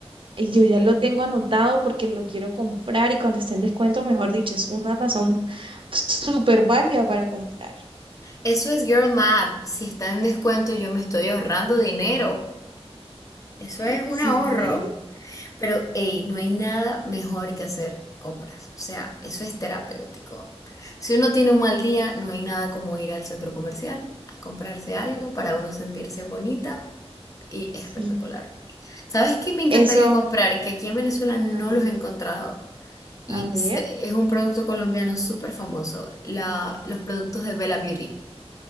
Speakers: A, on the right; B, on the left.
A: y yo ya lo tengo anotado porque lo quiero comprar y cuando esté en descuento, mejor dicho, es una razón súper válida para comprar.
B: Eso es Girl Math. Si está en descuento, yo me estoy ahorrando dinero. Eso es un
A: Sí,
B: ahorro. Pero, hey, no hay nada mejor que hacer compras. O sea, eso es terapéutico. Si uno tiene un mal día, no hay nada como ir al centro comercial a comprarse algo para uno sentirse bonita y
A: sí,
B: espectacular. ¿Sabes qué me encantaría
A: eso.
B: comprar? Que aquí en Venezuela no
A: A ver,
B: los he encontrado. Y
A: a ver.
B: se- es un producto colombiano súper famoso, la, los productos de Bella Beauty.